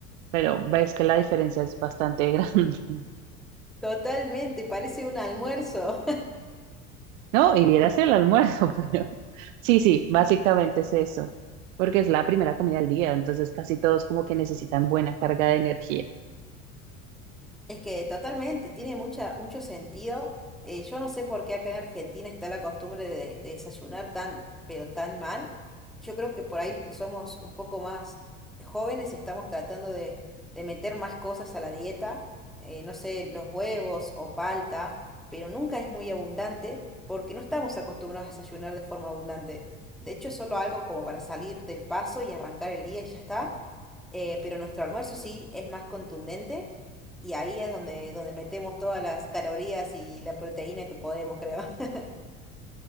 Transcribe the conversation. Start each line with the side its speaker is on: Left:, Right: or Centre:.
Right: pero ves que la diferencia es bastante <laughs> grande.
Centre: Totalmente, parece un almuerzo.
Right: No, y vieras el almuerzo, <laughs> pero sí, sí, básicamente es eso, porque es la primera comida del día, entonces casi todos como que necesitan buena carga de energía.
Centre: Es que totalmente, tiene mucha, mucho sentido. Eh, yo no sé por qué acá en Argentina está la costumbre de, de desayunar tan, pero tan mal. Yo creo que por ahí los que somos un poco más jóvenes estamos tratando de, de meter más cosas a la dieta, eh, no sé, los huevos o palta, pero nunca es muy abundante porque no estamos acostumbrados a desayunar de forma abundante. De hecho, es solo algo como para salir del paso y arrancar el día y ya está. Eh, pero nuestro almuerzo sí es más contundente y ahí es donde, donde metemos todas las calorías y la proteína que podemos, creo. <laughs>